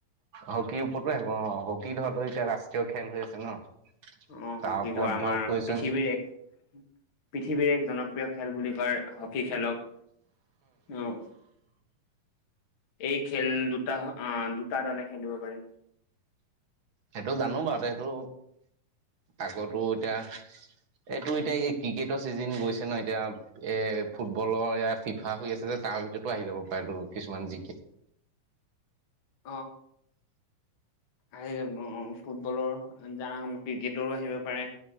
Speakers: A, on the right (about 45°); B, on the left (about 45°).
A: হকীৰ ওপৰতো আহিব অ হকী ধৰ এতিয়া ৰাষ্ট্ৰীয় খেল হৈ আছে ন।
B: আহ
A: তাৰ
B: কি
A: ওপৰত
B: ধৰ আমাৰ
A: কুৱেশন
B: পৃথিৱীৰ এক পৃথিৱীৰ এক জন প্ৰিয় খেল বুলি কয় হকী খেলক আহ এই খেল দুটা আহ দুটা দলে খেলিব পাৰি।
A: সেইটো জানো বাৰু সেইটো আগটো এতিয়া এইটো এতিয়া এই ক্ৰিকেটৰ চিজন গৈছে ন এতিয়া এ ফুটবলৰ এয়া ফিফা হৈ আছে যে তাৰ ভিতৰতো আহি যাব পাৰে তো কিছুমান জিকে
B: আহ আহি যাব ফুটবলৰ যাৰ ক্ৰিকেটৰো আহিব পাৰে